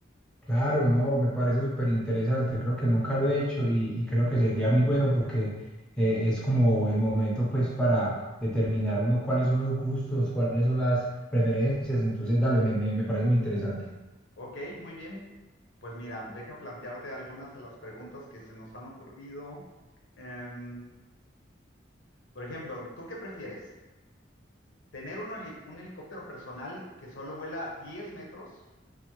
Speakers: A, in the centre; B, on the left (about 75°).
A: Claro, no, me parece súper interesante, creo que nunca lo he hecho y, y creo que sería muy bueno porque eh, es como el momento pues para determinar uno cuáles son los gustos, cuáles son las preferencias, entonces dale, me, me, me parece muy interesante.
B: Ok, muy bien. Pues mira, deja plantearte algunas de las preguntas que se nos han ocurrido. Em, por ejemplo, ¿tú qué prefieres? ¿Tener un, heli- un helicóptero personal que solo vuela 10 metros?